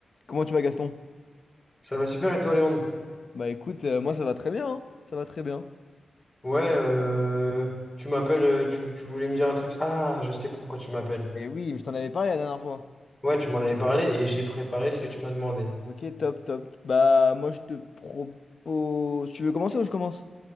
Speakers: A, on the left (about 60°); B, on the left (about 25°).
A: Comment tu vas, Gaston?
B: Ça va super et toi, Léon?
A: Bah écoute, euh, moi ça va très bien, hein. Ça va très bien.
B: Ouais, euh, tu m'appelles, euh, tu, tu voulais me dire un truc. Ah, je sais pourquoi tu m'appelles.
A: Et oui, je t'en avais parlé la dernière fois.
B: Ouais, tu m'en avais parlé et j'ai préparé ce que tu m'as demandé.
A: Ok, top, top. Bah moi je te propose... Tu veux commencer ou je commence?